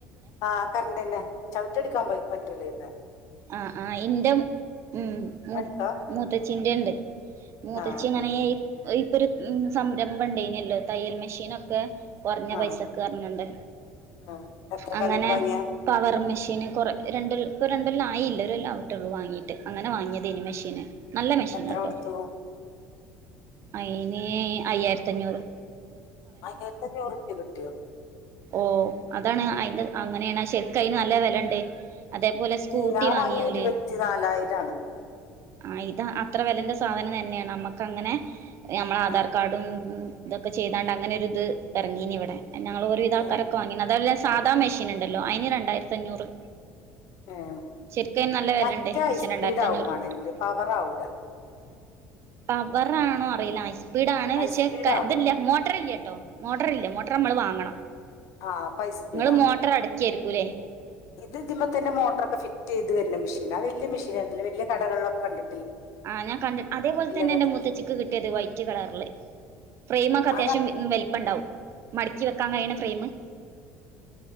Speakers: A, on the left (about 65°); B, on the right (about 50°).
A: ആ കരന്റന്നെ ചവിട്ടിട്ടിക്കാൻ പോ പറ്റൂലഅയ് മെ
B: ആ ആ ഇന്റെ ഉം
A: അടിക്കാ
B: മൂത്തച്ചിന്റെ ണ്ട് മൂത്തച്ചി
A: ആഹ്
B: അങ്ങനെ
A: ആഹ്
B: ഇപ്പൊരു സംരംഭം ണ്ടായിനെല്ലോ തയ്യൽ മെഷീനൊക്കെ കുറഞ്ഞ
A: ആഹ്
B: പൈസക്ക് പറഞ്ഞോണ്ട്
A: ആഹ് എത്രക്കാ
B: അങ്ങനെ
A: എന്നിട്ട് വാങ്ങിയ
B: പവർ മെഷീന് കൊറ രണ്ട് ഇപ്പൊ രണ്ടല്ലാം ആയില്ല ഒരൊല്ല ആട്ടേള്ളൂ വാങ്ങീട്ട് അങ്ങനെ വാങ്ങ്യതേനി മെഷീന് നല്ല മെഷീനാട്ടോ
A: എത്ര കൊടുത്തു
B: അയിന് അയ്യായിരത്തഞ്ഞൂറ്.
A: അയ്യായിരത്തഞ്ചുറുപ്യ കിട്ടിയോ?
B: ഓഹ് അതാണ്. അയിന്റെ അങ്ങനെയാണ് ശെരിക്ക് അയിന് നല്ല വെലയൊണ്ടേ. അതേപോലെ സ്കൂട്ടി
A: ഉം, ഞാൻ
B: വാങ്ങിയോല്
A: വാങ്ങിയ ഇരുപത്തി നാലായിരാണ്
B: ആഹ് ഇത് അത്ര വെലേന്റെ സാധനം തന്നെയാണ്. നമ്മക്ക് അങ്ങനെ നമ്മള് ആധാർ
A: ആഹ്
B: കാർഡും ഇതൊക്കെ ചെയ്താണ്ട് അങ്ങനെ ഒരിത് എറങ്ങീനിവിടെ. ഞങ്ങള് ഒരു വിധാൾക്കാരൊക്കെ
A: ഏഹ്
B: വാങ്ങിനി. അതല്ല സാദാ മെഷീനുണ്ടല്ലോ അയിന് രണ്ടായിരത്തഞ്ഞൂറ്.
A: ഏഹ്
B: ശരിക്ക് അയ്ന് നല്ല വെലയൊണ്ടെ.
A: മറ്റേ ഹൈസ്പീഡ്
B: പക്ഷെ രണ്ടായിരത്തി
A: ആവും
B: അഞ്ഞൂറിനാ
A: വേണെങ്കില്
B: <unintelligible>
A: പവർ ആവൂല
B: പവർ ആണോ അറിയില്ല. ഹൈസ്പീഡാണ്.
A: ഹൈസ്പീഡ്
B: പക്ഷേ ക
A: ആവോ
B: ഇതില്ല മോട്ടറില്ലാ ട്ടോ. മോട്ടറില്ല. മോട്ടറ് നമ്മള് വാങ്ങണം.
A: ആഹ് അപ്പൊ ഹൈസ്പീഡാണ്
B: ഇങ്ങള് മോട്ടറ് അടക്കയായിരിക്കും അല്ലേ?
A: ഇത് ഇതുമേ തന്നെ മോട്ടറൊക്കെ ഫിറ്റ് ചെയ്ത് വരുന്ന മെഷീനാ. വല്യ മെഷീനാ. വല്യ കടകളിലൊക്കെ കണ്ടി
B: ആഹ് ഞാൻ കണ്ട്. അതേപോലെ തന്നെ
A: വലുത്
B: എന്റെ മൂത്തച്ചിക്ക് കിട്ടിയത് വൈറ്റ് കളറില് ഫ്രെയിമൊക്കെ അത്യാവശ്യം
A: അതാ
B: വലുപ്പൊണ്ടാവും. മടച്ചി വെക്കാൻ കഴിയണ ഫ്രെയിമ്.